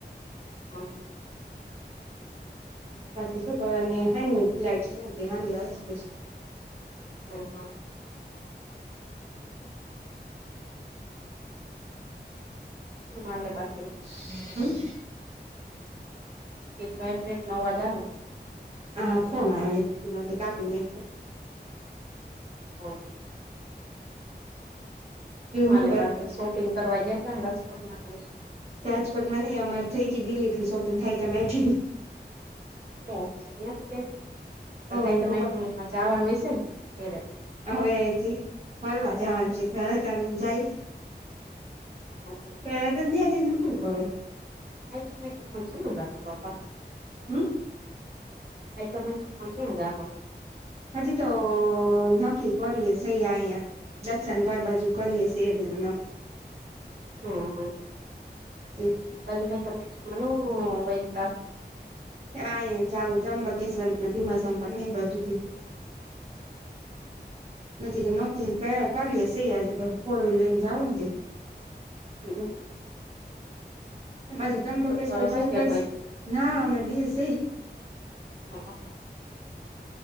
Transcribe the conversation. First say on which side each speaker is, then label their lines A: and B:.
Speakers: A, on the right; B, on the right.
A: હા
B: પાછી શું કરવા ને હા ફ્લાટ છે હા આવે
A: હા હા હુ હાલે એ બાકીનું
B: હમ
A: <unintelligible> નો અવાજ આવે
B: હા ફોન આવી તો કાપીને
A: <inaudible> શું હાલે
B: હું કર
A: બાકી શોપિંગ કરવા ગયા તા રાજકોટ મા ક્યારે
B: ત્યાંજ પણ મને અમાં થઈ ગય દિલ્લી થી સોપિંગ થાઈ તમેચ
A: પ પણ હાઈ
B: એને પપ્પા
A: <unintelligible> જાવાનું હૈયેસે ત્યારે
B: હવે ફરવા જવાનું છે ફરે ત જાય
A: હ <unintelligible>
B: <unintelligible>
A: આ છે ન દખો બાપ <unintelligible>
B: હમ
A: જો આપ <unintelligible>
B: હજી તો ના ી કરીએ સ અહીયા દશન કઈ બાજુ કરીએ સ <unintelligible>
A: હમ હમ
B: છે
A: પદ હદ નિમશનું વૈદ ટફ <unintelligible>
B: આ જઉું જંબકેશ્વર ભીમાશ પણ ન બાજુથી <unintelligible> નથી તો નક્કી કયા કરીએ શે આજે તો ફોર વ્હીલ લઈને જાઉં તે
A: હમ <unintelligible>
B: પાછું તમ્બકેશ્વર
A: અખબારો
B: પાછું
A: છે કે
B: કૈસ
A: કોઈ
B: ના અમે બેસી
A: હ